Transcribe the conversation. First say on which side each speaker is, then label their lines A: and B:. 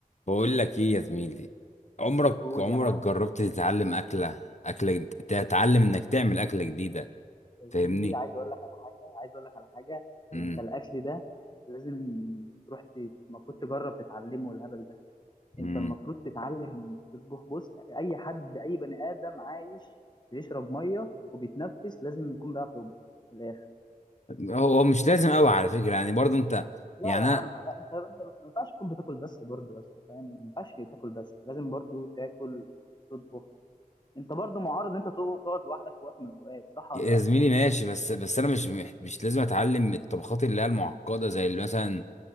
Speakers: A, on the left (about 50°); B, on the left (about 30°).
A: بقول لك ايه يا زميلي عمرك
B: قول
A: عمرك
B: يا معلم
A: جربت تتعلم اكله اكله تتعلم انك تعمل اكله جديده
B: يا
A: فاهمني
B: زميلي عايز اقول لك على حاجه عايز اقول لك على حاجه
A: امم
B: انت الاكل ده لازم تروح ت- المفروض تجرب تتعلمه الهبل ده انت
A: امم
B: المفروض تتعلم تطبخ بص اي حد اي بني ادم عايش بيشرب ميه وبيتنفس لازم يكون بيعرف يطبخ في الاخر
A: هو هو مش لازم قوي على فكره يعني برضو انت
B: لا
A: يعني
B: يا
A: انا
B: عم لا انت انت ما ينفعش تكون بتاكل بس برضه يا اسطى فاهم ما ينفعش تاكل بس لازم برضه تاكل تطبخ انت برضه معرض ان انت تقعد لوحدك في وقت من الاوقات صح ولا
A: يا
B: لا
A: زميلي ماشي بس بس انا مش مح- مش لازم اتعلم الطبخات اللي هي المعقده زي اللي مثلا